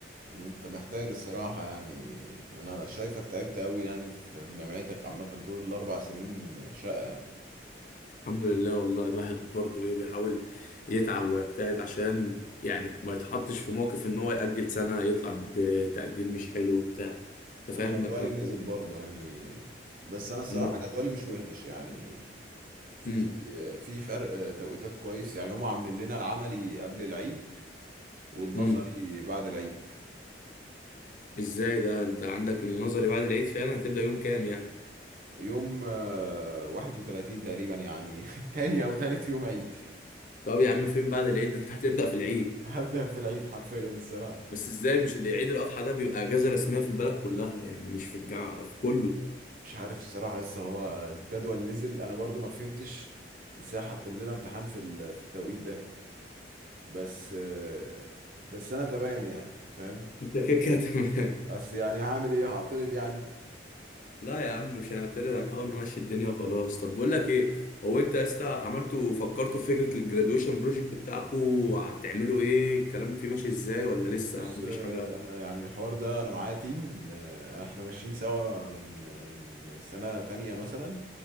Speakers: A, on the right; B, on the left.
A: انت محتاج الصراحة يعني يعني انا شايفك تعبت قوي يعني في في جامعتك عامة طول الاربع سنين شقة يعني
B: الحمد لله والله الواحد برضه ايه بيحاول يتعب ويجتهد عشان يعني ما يتحطش في موقف ان هو يأجل سنه يطلع بتقدير مش حلو بتاع انت
A: انا
B: فاهم
A: جدولي
B: بقى الكلام
A: نزل
B: ده
A: برضه يعني بس انا الصراحة
B: نعم
A: جدولي مش وحش يعني في
B: امم
A: في فرق توقيتات كويس يعني هم عاملين لنا العملي قبل العيد والنظري
B: امم
A: بعد العيد
B: ازاي ده انت عندك النظري بعد العيد فعلا هتبدأ يوم كام يعني
A: يوم آه، 31 تقريبا يعني <laughs> تاني او تالت يوم عيد
B: طب يا عم فين بعد العيد ده انت هتبدأ في العيد
A: هبدأ في العيد حرفيا الصراحة
B: بس ازاي مش اللي عيد الأضحى ده بيبقى اجازة رسمية في البلد كلها يعني مش في الجامعة في كله
A: مش عارف الصراحة لسه هو الجدول نزل انا برضو ما فهمتش ازاي حط لنا امتحان في ال- في التوقيت ده بس آه، بس انا تمام يعني فاهم
B: انت كده كده تمام
A: بس يعني هعمل ايه هعترض يعني
B: <laughs> لا يا عم مش هنعترض هنحاول نمشي الدنيا وخلاص طب بقول لك ايه هو انت يا اسطى عملتوا فكرتوا في فكرة الجرادويشن بروجكت بتاعكوا هتعملوا ايه الكلام فيه ماشي ازاي ولا لسه
A: بص
B: مفيش
A: آه،
B: حاجة
A: انا يعني الحوار ده انا معايا تيم آه، احنا ماشيين سوا من من سنة تانية مثلا